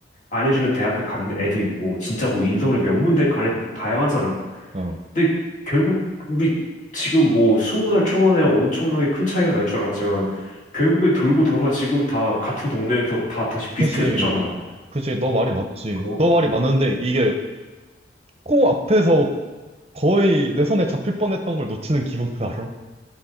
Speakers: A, on the left (about 40°); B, on the right (about 35°).
A: 안 해주는 대학교 간 애도 있고 진짜 뭐 인서울의 명문대 간 애도 있고 다양하잖아.
B: 어.
A: 근데 결국 우리 지금 뭐 스무 살 초반에 엄청나게 큰 차이가 날 줄 알았지만 결국엔 돌고 돌아 지금 다 같은 동네에서 다 다시 비슷해졌잖아.
B: 그지? 그지? 너 말이 맞지.
A: 어,
B: 너 말이 맞는데 이게 코 앞에서 거의 내 손에 잡힐 뻔했던 걸 놓치는 기분 알아?